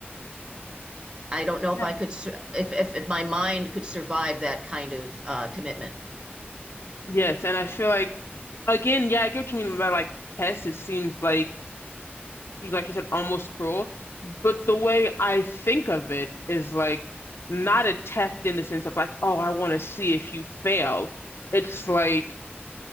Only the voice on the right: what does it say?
I don't know if
I could, if, if, if my mind could survive that kind of uh, commitment.